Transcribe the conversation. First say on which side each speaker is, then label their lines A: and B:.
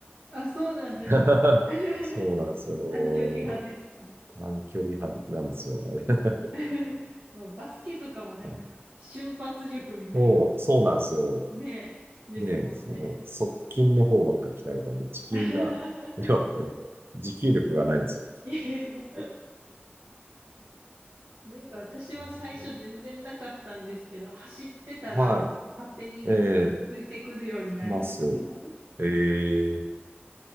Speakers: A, on the right; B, on the right.
A: あ、そうなんですか。
B: <laughs>
A: <laughs>
B: そうなんですよ。
A: 短距離派ですか
B: 短距離派なんですよね。
A: <laughs> まあバスケとかもなんか瞬発力みたい
B: <laughs> そう、そうなんですよ。
A: ねですもんね。
B: で、その、側近の方ばっか鍛えたんで、地筋が、
A: <laughs>
B: 要は、持久力がないんですよ。
A: いやなんか私も最初全然なかったんですけど、
B: う
A: 走ってたら勝手に
B: んはい。ええ
A: ついてくるようになりまし
B: います。ええ